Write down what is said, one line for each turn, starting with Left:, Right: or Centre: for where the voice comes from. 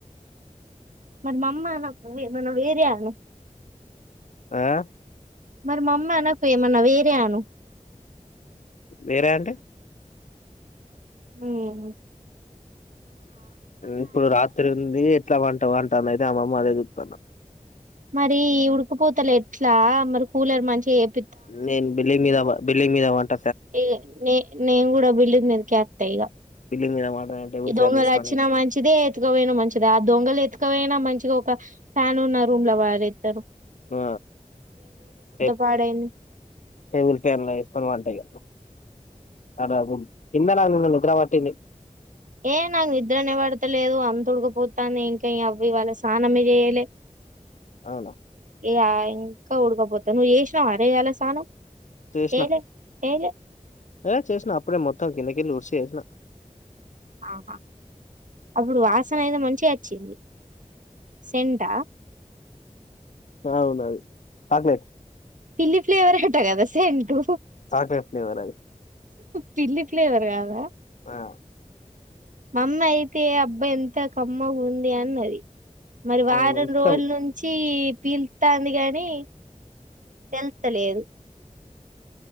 Right: మరి మా అమ్మ నాకు <unintelligible> నువ్వే చెయ్యాల
Left: ఆ
Right: మరి మా అమ్మ అనకు ఏమన్నా వేరే అను
Left: వేరే అంటే
Right: ఉమ్మ్
Left: ఇప్పుడు రాత్రి ఉంది ఇంట్లా పంటావా అంటాంది అయితే అమ్మమ్మ అదే చూతాన్నా
Right: మరి ఈ ఉడుకుపోతల ఎట్లా మరి కూలర్ మంచిగా చెప్
Left: నేను బిల్లి మీద బిల్డింగ్ మీద పంట
Right: ఈ నే నేను కూడా బిల్డింగ్ మీదకి ఎక్తా ఇగ
Left: బిల్డింగ్ మీద వంట టేబుల్
Right: ఈ
Left: ఫ్యాన్
Right: దొంగలు
Left: తీసుకొని
Right: వచ్చినా మంచిదే ఎతుకపోయినా మంచిదే ఆ దొంగలు ఎతుకపోయినా మం మంచిగా ఒక ఫ్యాన్ ఉన్న రూమ్ లో పారేస్తారు
Left: ఆ టే
Right: పాడైంది
Left: టేబుల్ ఫ్యాన్ లో వేసుకొని పంటఇగ దాదాపు కింద <unintelligible> నిద్ర పట్టింది
Right: ఏ నాకు నిద్రనే బడతలేదు అంత ఉడకపోతాంది ఇంకా అవి ఇవాళ సానం ఏ చేయలే
Left: అవునా
Right: ఇకా ఇంకా ఉడకపోతా నువ్వు చేసినావు అరే ఈయ్యాల స్నానం
Left: చేసిన
Right: చేయలే, చేయలే
Left: ఏ చేసిన అప్పుడే మొత్తం కిందకెల్లి ఉరిసి చేసిన
Right: ఆహా అప్పుడు వాసన అయితే మంచిగా చి సెంట్ ఆ
Left: బావున్నది <unintelligible>
Right: పిల్లి ఫ్లేవర్ హట గద సెంటూ
Left: చాక్లెట్ ఫ్లేవర్ అది
Right: టిల్లీ ఫ్లేవర్ కాదా
Left: ఆ
Right: మామ్మ అయితే అబ్బాయి ఎంత కమ్మగఉంది అన్నది మరి వారం
Left: అవును ఇష్టం
Right: రోజులు వుంచి పీల్లుత్తాంది కానీ తెల్తలేదు